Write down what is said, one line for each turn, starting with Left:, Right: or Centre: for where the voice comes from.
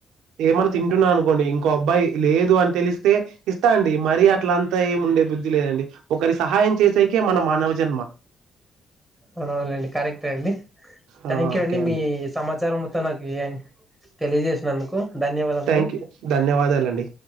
Right: ఏం అన్న తింటున్నా అనుకోండి ఇంకో అబ్బాయి లేదు అని తెలిస్తే ఇస్తా అండి మరి అట్ల అంతా ఏమిండే బుద్ధి లేదండి ఒకరి సహాయం చేసేకే మన మానవ జన్మ
Centre: అవునవునండి కరెక్టే అండి
Right: ఆ
Centre: థ్యాంక్ యూ
Right: ఓకే
Centre: అండి మీ సమాచారం మొత్తం నాకు తెలియజేసినందుకు ధన్యవాదములు
Right: థ్యాంక్ యూ ధన్యవాదాలండి